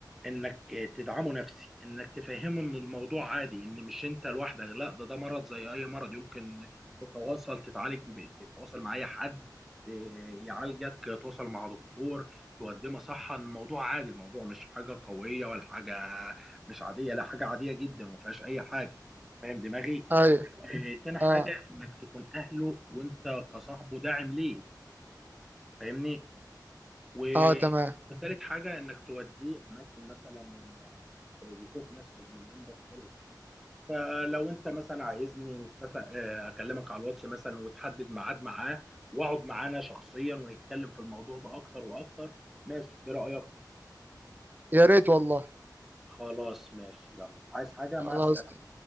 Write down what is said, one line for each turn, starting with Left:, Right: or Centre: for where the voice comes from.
Centre: انك تدعمه نفسي انك تفهمه ان الموضوع عادي ان مش انت لوحدك لا ده ده مرض زي اي مرض يمكن تتواصل تتعالج ب- تتواصل مع اي حد إيه، يعالجك تتواصل مع دكتور تقدمه صحة الموضوع عادي الموضوع مش حاجة قوية ولا حاجة مش عادية لا حاجة عادية جدا وما فيهاش اي حاجة فاهم دماغي
Right: ايوه
Centre: إيه، تاني حاجة
Right: اه
Centre: انك تكون اهله وانت كصاحبه داعم ليه فاهمني وثالث
Right: اه تمام
Centre: حاجة انك توديه اماكن مثلا آه، يشوف ناس مدمنين بطلوا كده فلو انت مثلا عايزني نتفق آه، اكلمك على الواتس مثلا وتحدد ميعاد معاه واقعد معانا شخصيا ونتكلم في الموضوع ده اكتر واكتر ماشي ايه رأيك
Right: يا ريت والله
Centre: خلاص ماشي يلا عايز حاجة
Right: خلاص
Centre: مع السلامة